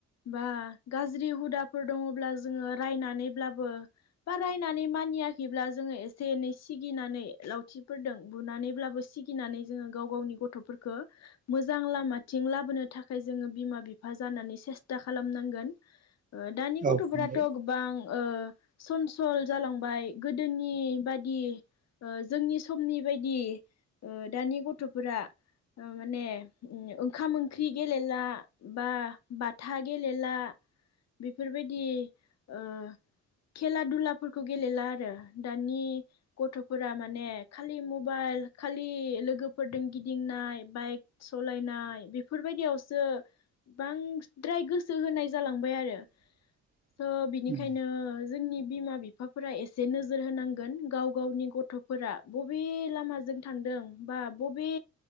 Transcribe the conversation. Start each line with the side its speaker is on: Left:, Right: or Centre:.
Left: बा गाज्रि हुदाफोर दङब्ला जोङो रायनानैब्लाबो बा रायनानै मा नियाखैब्ला जोङो एसे एनै सिगिनानै लावथिफोरदों बुनानैब्लाबो सिगिनानै जोङो गाव गावनि गथ'फोरखो मोजां लामा थि थिं लाबोनो थाखाय जोङो बिमा बिफा जानानै सेस्था खालामनांगोन। ओ दानि गथ'फ्राथ'
Right: औ नंगौ
Left: गोबां ओ सनस सल जालांबाय गोदोनि बादि ओ जोंनि समनि बायदि ओ दानि गथ'फोरा ओ माने ओंखाम ओंख्रि गेलेला बा बाथा गेलेला बेफोरबायदि ओ खेला दुलाफोरखौ गेलेला आरो दानि गथ' फोरा माने खालि मबाइल खालि लोगोफोरदों गिदिंनाय बाइक सलाय नाय बेफोरबायदियावसो बांसिद्राय गोसो होनाय जालांबाय आरो।
Right: <inaudible>
Left: स' बिनिखायनो
Right: उम।
Left: जोंनि बिमा बिफाफोरा एसे नोजोर होनांगोन गाव गावनि गथ थ'फोरा बबे लामाजों थांदों बा बबे